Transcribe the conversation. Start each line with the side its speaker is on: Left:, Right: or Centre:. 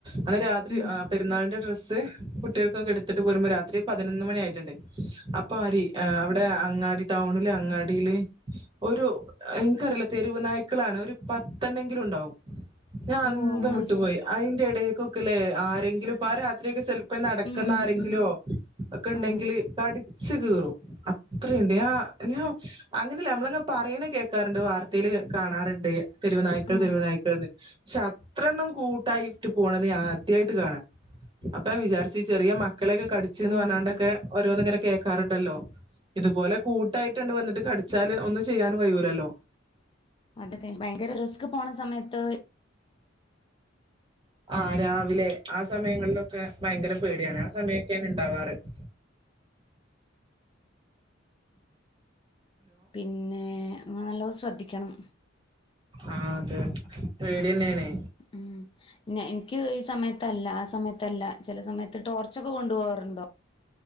Right: അന്ന് രാത്രി
Left: ഉം
Right: ആ പെരുന്നാളിന്റെ ഡ്രസ്സ് സ് കുട്ടികൾക്കൊക്കെ എടുത്തിട്ട് പോരുമ്പോ രാത്രി പതിനൊന്ന് മണി ആയിട്ടുണ്ട് അപ്പൊ അരി ആ അവിടെ അങ്ങാ ടൗണില് അങ്ങാടിയില് ഒരു <inaudible> എനിക്കറില തെരുവ് നായ്ക്കളാണ് ഒരു പത്തെണ്ണെങ്കിലും ഉണ്ടാവും ഞാൻ അന്തം
Left: ഓ അത്
Right: വിട്ടുപോയി
Left: ശരി
Right: അയിന്റെ എട <unintelligible> ക്ല് ആരെങ്കിലുപ്പ ആ രാത്രിക്കെ ചെ ഇപ്പൊ നടക്കുന്ന
Left: ഉം
Right: ആരെങ്കിലോ
Left: ഉം
Right: ഒക്കെ ഉണ്ടെങ്കിൽ
Left: ആ
Right: കടി ച്ച് കീറും അത്രയിണ്ട് യാ. അയ്യോ അങ്ങനെയല്ല നമ്മളങ്ങ് പറയണേ കേൾക്കാറ്ണ്ട് വാർത്തയില് കാണാറ്ണ്ട് തെരുവ് നായ്ക്കൾ,
Left: ആ
Right: തെരുവ് നായ്ക്കൾന്ന്. <unintelligible> അത്ര എണ്ണം കൂട്ടായിട്ട് പോണത് ഞാ ആദ്യായിട്ട് കാണാ, അപ്പൊ ഞാൻ വിചാരിച്ചു ചെറിയ മ മക്കളൊക്കെ കടിചുന്നു
Left: ആ
Right: പറഞ്ഞണ്ടൊക്കെ
Left: ആ
Right: ഓരോന്ന് ഇങ്ങനെ കേക്കാറുണ്ടല്ലോ ഇതുപോലെ കൂ ട്ടായിട്ട്ണ്ടണ്ട് വന്നിട്ട് കടിച്ചാല് ഒന്നും ചെയ്യാനും കഴിയുല്ലല്ലോ.
Left: അതൊക്കെ ഭയങ്കര റിസ്ക് പോ സമയത്ത്.
Right: ആഹ് രാവിലെ ആ സമയങ്ങളിലൊക്കെ ഭയങ്കര പേടിയാണ് ആ സമയൊക്കേണ് ഇണ്ടാവാറ് <inaudible>
Left: പിന്നെ ങ്ങൾ നല്ലോം ശ്രദ്ധിക്ക ലക്ഷണം
Right: അ അതെ അതെ പേടിയെന്നേണേ
Left: ഉം ന്നെ എനിക്ക് ഈ സമയത്തല്ല ആ സമയത്തല്ല ചില സമയത്ത് ടോർച്ചൊക്കെ കൊണ്ടുപോകാറുണ്ടോ